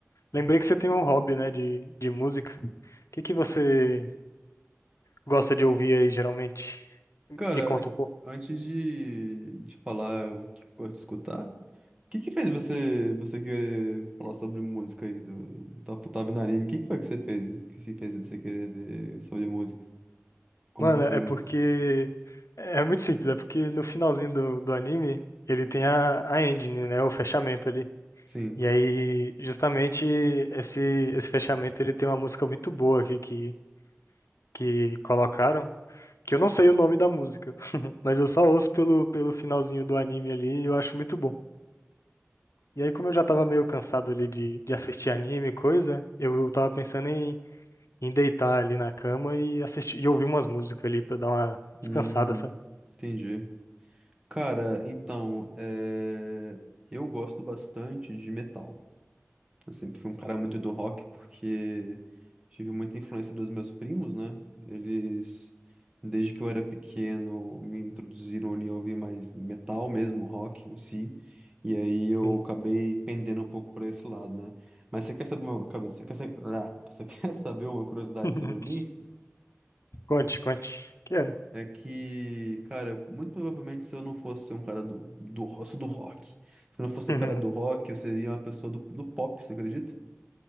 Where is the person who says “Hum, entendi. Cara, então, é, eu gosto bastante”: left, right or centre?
Right